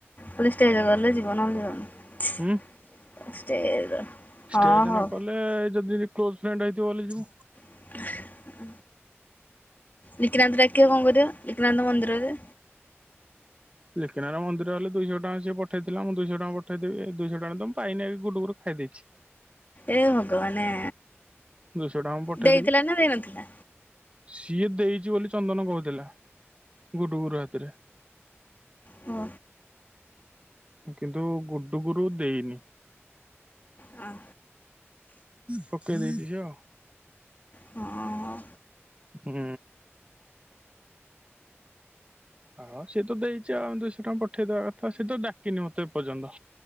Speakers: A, on the left; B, on the right.
A: ଖାଲି ଷ୍ଟେଜ୍ ଗଲେ ଯିବ। ନ ହେଲେ ଯିବନି।
B: ହୁଁ
A: ଷ୍ଟେ ର,
B: ଷ୍ଟେଜ
A: ହଁ
B: ନ
A: ହୋ।
B: କଲେ ଯଦି ବି କ୍ଲୋଜ୍ ଫ୍ରେଣ୍ଡ୍ ହେଇ ଥିବ, ବଲେ ଯିବୁ।
A: ହ ଲିକିନାନ୍ତ ଡାକିବ କନ କରିବ? ଲିକିନାନ୍ତ ମନ୍ଦିରରେ
B: ଲିକିନାର ମନ୍ଦିର ହେଲେ, ଦୁଇଶହ ଟଙ୍କା ସେ ପଠେଇଥିଲା। ମୁଁ ଦୁଇଶହ ଟଙ୍କା ପଠେଇ ଦେବି। ଏଇ ଦୁଇଶହ ଟଙ୍କା ପାଇ ମୁଁ ପାଇନି, ଗୁଡ଼ୁ ଘରୁ ଖାଇ ଦେଇଛି।
A: ଏ ଭଗବାନେ!
B: ଦୁଇଶହ ଟଙ୍କା ମୁଁ ପଠେଇଦେବି।
A: ଦେଇଥିଲା ନା ଦେଇନଥିଲା?
B: ସିଏ ଦେଇଛି ବୋଲି, ଚନ୍ଦନ କହୁଥିଲା। ଗୁଡ଼ୁ ଗୁରୁ ହାତରେ
A: ହ।
B: କିନ୍ତୁ ଗୁଡୁ ଗୁରୁ ଦେଇନି।
A: ହଁ
B: ସୁକେ ଦେଇଛି ଝିଅ?
A: ହଁ, ହଁ।
B: ହୁଁ। ହଁ, ସିଏ ତ ଦେଇଚି ଆଉ। ଆମେ ଦୁଇଶହ ଟଙ୍କା ପଠେଇଦବା କଥା। ସେ ତ ଡାକିନି ମତେ ଏପର୍ଯ୍ୟନ୍ତ!